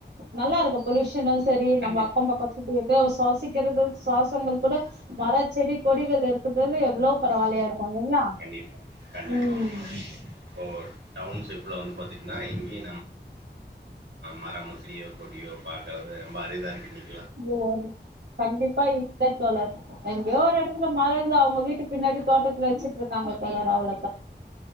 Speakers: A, on the right; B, on the right.
A: நல்லாருக்கும் பொல்யூஷன் யூஷன்னாலும் செரி
B: கண்டிப்பா
A: நம்ம அக்கம்பக்க <unintelligible> சுவாசிக்க க்கிறது சுவாசங்கள் அப்புற மரச் செடி கொடிகள் எடுத்து இது வந்து எவ்ளோ பரவாலயா இருக்கு இல்லைங்களா
B: பா கண்டிப்பாங்கம்மா
A: ம்
B: ஓ டவுன்ஷிப்ல வந்து பாத்திங்கன்னா எங்கேயு நம் மரமோ செடியோ கொடியோ பாக்கறது ரொம்ப அரிதாருக்கு இன்னிக்கு
A: ம் ஆமா கண்டிப்பா <unintelligible> தா தோழர் எங்கயோ ஒரு எடத்துல மர இருக்குதா எங்க வீட்டு பின்னாடி தோட்டத்தில வச்சிட்டுருக்காங்க தோழர் அவ்ள